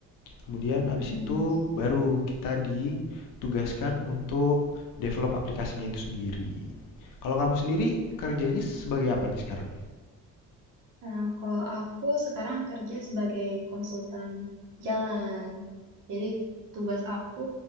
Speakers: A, on the left; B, on the right.
A: Kemudian habis
B: Mm-mm.
A: itu baru kita ditugaskan untuk develop aplikasinya itu sendiri. Kalau kamu sendiri kerjanya sebagai apa nih sekarang?
B: Nah, kalau aku sekarang kerja sebagai konsultan jalan. Jadi tugas aku